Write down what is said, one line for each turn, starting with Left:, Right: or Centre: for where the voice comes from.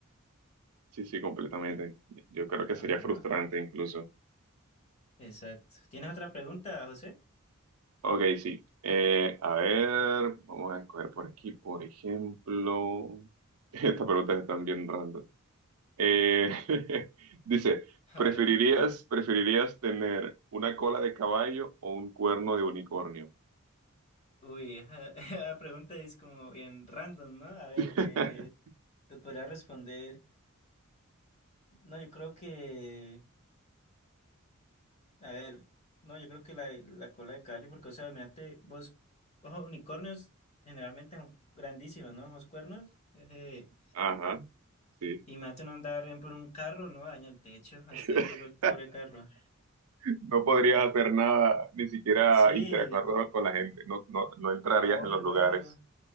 Right: Sí, sí, completamente.
Left: Y,
Right: Yo creo que
Left: ajá,
Right: sería frustrante incluso.
Left: exacto. ¿Tienes otra pregunta, José?
Right: Ok, sí. Eh, a ver, vamos a escoger por aquí, por ejemplo. <laughs> Estas preguntas están bien random. Eh, <laughs> dice,
Left: <laughs>
Right: ¿preferirías,
Left: A ver.
Right: preferirías tener una cola de caballo o un cuerno de unicornio?
Left: Uy, esa, <laughs> esa pregunta es como bien random, ¿no? A ver,
Right: <laughs>
Left: eh, te podría responder. No, yo creo que. A ver, no, yo creo que la, la cola de caballo, porque, o sea, mirate, vos, ojos unicornios generalmente son grandísimos, ¿no? Ojos cuernos. eh,
Right: Ajá, sí.
Left: y me uno andar, por ejemplo, en un carro, ¿no? Daña el techo, hasta
Right: <laughs>
Left: ahí llegó el pobre carro.
Right: No podrías hacer nada, ni siquiera
Left: Sí,
Right: interactuar con con la gente, no, no, no entrarías
Left: Ah, Obvio,
Right: en los lugares.
Left: no